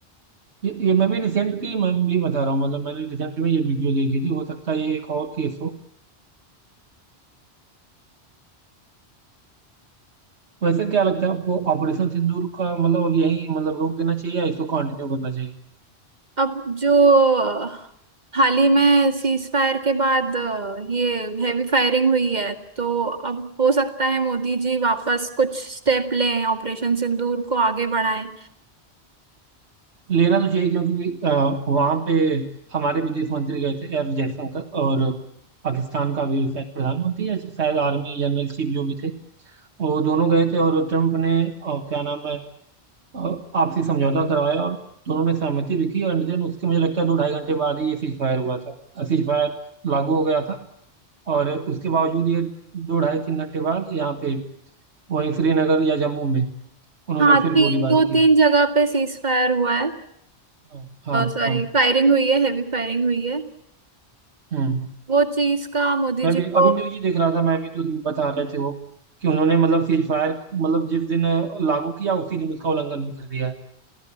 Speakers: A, on the right (about 75°); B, on the right (about 40°).
A: ये ये मैं भी रिसेंट की मैं भी बता रहा हूँ मतलब मैंने रिसेंट में ये वीडियो देखी थी हो सकता है ये एक और केस हो वैसे क्या लगता है आपको ऑपरेशन सिंदूर का मतलब अब यही मतलब रोक देना चाहिए या इसको कंटिन्यू करना चाहिए
B: अब जो अ, हाल ही में सीज फायर के बाद अ, ये हैवी फायरिंग हुई है तो अब हो सकता है मोदी जी वापस कुछ स्टेप लें ऑपरेशन सिंदूर को आगे बढ़ाएं
A: लेना तो चाहिए क्योंकि अ, वहाँ पे हमारे विदेश मंत्री गए थे एस जयशंकर और पाकिस्तान का भी शायद प्रधानमंत्री या शायद आर्मी जनरल चीफ जो भी थे वो दोनों गए थे और ट्रम्प ने अ, क्या नाम है और आपसी समझौता करवाया और दोनों ने सहमति भी की एंड देन उसके मुझे लगता है दो ढाई घंटे बाद ही ये सीज फायर हुआ था सीज फायर लागू हो गया था और उसके बावजूद ये दो ढाई तीन घंटे बाद यहाँ पे वहीं श्रीनगर या जम्मू में उन्होंने
B: हाँ
A: फिर
B: तीन
A: गोलीबारी
B: दो
A: की
B: तीन जगह पे सीज फायर हुआ है
A: हाँ हाँ
B: सॉरी
A: हाँ
B: फायरिंग हुई है हैवी फायरिंग हुई है
A: हम्म
B: वो चीज का मोदी
A: मैं
B: जी
A: भी
B: को
A: अभी न्यूज ही देख रहा था मैं भी तो उसमें बता रहे थे वो कि उन्होंने मतलब सीज फायर मतलब जिस दिन अ, लागू किया उसी दिन उसका उल्लंघन भी कर दिया है